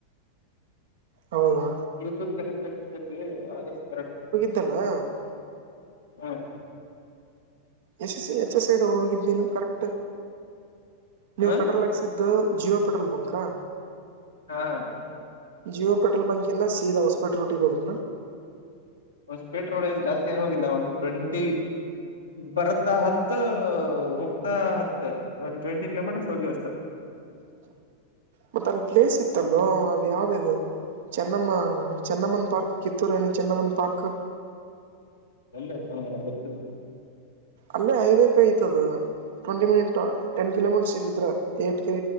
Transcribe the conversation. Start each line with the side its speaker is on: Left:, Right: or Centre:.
Right: ಹೌದಾ
Left: ಬ್ಲೂಟೂತ್ ಕನೆಕ್ಟ್ ಆಗಿ ಆಗ ಕರೆಕ್ಟ್
Right: ಇಲ್ಲ <inaudible>
Left: ಹಾಂ
Right: ಯಶಸ್ ಎಚ್ ಎಸ್ ಸೈಡ್ ಹೋಗಿದ್ದೀನು ಕರೆಕ್ಟ್ ನೀವು
Left: ಹಾ
Right: ಪೆಟ್ರೋಲ್ ಹಾಕ್ಸಿದ್ದ ಇದು ಜಿಯೋ ಪೆಟ್ರೋಲ್ ಬಂಕಾ
Left: ಹಾಂ
Right: ಜಿಯೋ ಪೆಟ್ರೋಲ್ ಬಂಕಿಂದ ಸೀದ ಹಸ್ಪಟ್ರ ರಟ್ಟಿಗೆ ಹೋದಾ
Left: ಒಂದು ಸ್ಪೀಟ್ರೋ ಜಾಸ್ತಿ ಏನ ಹೋಗಿಲ್ಲ ಒಂದು ಟ್ವೆಂಟಿ ಬರ್ತಾ ಹತ್ತು ಹೋಗ್ತಾ ಹತ್ತ ವನ್ನ ಟ್ವೆಂಟಿ ಕಿಲೋಮೀಟರ್ಸ್ ಹೋಗಿ ಅಷ್ಟು
Right: ಮತ್ತ ಅಲ್ಲಿ ಪ್ಲೇಸ್ ಇತ್ತಲ್ಲೋ ಅದು ಯಾವ್ಯಾಗ ಚೆನ್ನಮ್ಮ ಚೆನ್ನಮ್ಮನ್ ಪಾರ್ಕ್ ಕಿತ್ತೂರುಾಣಿ ಚೆಮ್ಮನ್ ಪಾರ್ಕ್
Left: ಎಲ್ಲೈತು ಮರೆಯ ಗೊತ್ತಿಲ್ಲ
Right: ಅಲ್ಲೇ ಹೈವ ಕೈತದ ಟ್ವೆಂಟಿ ಮಿನಿಟ್ ಟೆನ್ ಕಿಲೋಮೀಟರ್ ಸಿಗಿದ್ರ ಎಂಟು